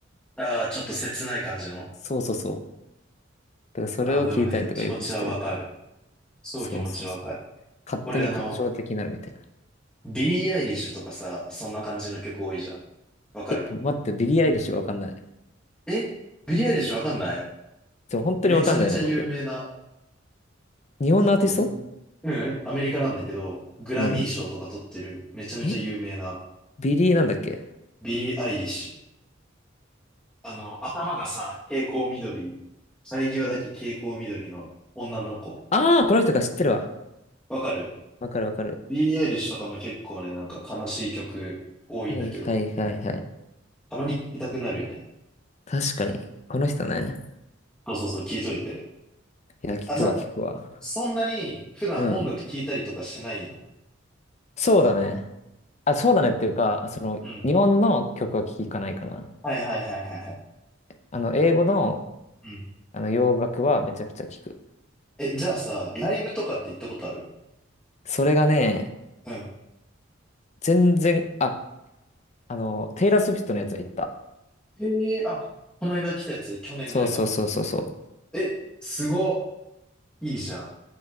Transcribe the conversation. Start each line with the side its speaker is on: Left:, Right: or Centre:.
Centre: ああ、ちょっと切ない感じの。
Left: そうそうそう。だからそれを聞いたりとかよくしてる。
Centre: ああ、でもね、気持ちはわかる。そう気持ちわかる。
Left: そうそうそう。勝手に感傷的になるみたいな。
Centre: 俺あの、ビリー・アイリッシュとかさ、そんな感じの曲多いじゃん。わかる
Left: え、待って、ビリー・アイリッシュがわかんない。
Centre: えビリー・アイリッシュわかんない
Left: そう、本当にわかんないね、
Centre: めちゃめちゃ有名な、
Left: 僕。日本のアーティスト
Centre: あの、グ、うんアメリカなんだけど、グラミー賞とか取ってる、
Left: うん。
Centre: めちゃめちゃ有名な、
Left: えビリーなんだっけ
Centre: ビリー・アイリッシュ。あの、頭がさ、蛍光緑、生え際だけ蛍光緑の女の子。
Left: ああー、この人が知ってるわ。
Centre: わかる
Left: わかるわかる。
Centre: ビーリー・アイリッシュとかも結構ね、なんか悲しい曲多いんだけど、
Left: はいはいはいはい。
Centre: たまに聴きたくなるよね。
Left: 確かに。この人ね。
Centre: そうそうそう、聴いといて。
Left: いや、聞くわ聞くわ。
Centre: あ、じゃあ、そんなに普段音楽聴いたりとかしないの
Left: うん。そうだね。あ、そうだねっていうか、その、
Centre: うん。
Left: 日本の曲は聞かないかな。
Centre: はいはいはいはいはい。
Left: あの、英語の、
Centre: うん。
Left: あの、洋楽はめちゃくちゃ聞く。
Centre: え、じゃあさ、ライブとかって行ったことある
Left: それがね、
Centre: うん。
Left: 全然、あ、あの、テイラー・スウィフトのやつは行った。
Centre: へえ、あ、この間来たやつ、去年ぐらいかな。
Left: そうそうそうそうそう。
Centre: え、すご、いいじゃん。